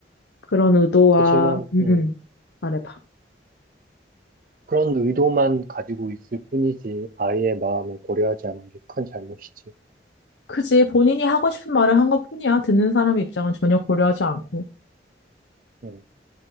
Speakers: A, on the left; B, on the right.
A: 그런 의도와,
B: 그지만,
A: 음,
B: 음,
A: 음. 말해봐.
B: 그런 의도만 가지고 있을 뿐이지, 아이의 마음을 고려하지 않은 게 큰 잘못이지.
A: 그지. 본인이 하고 싶은 말을 한 것뿐이야. 듣는 사람의 입장은 전혀 고려하지 않고.
B: 음,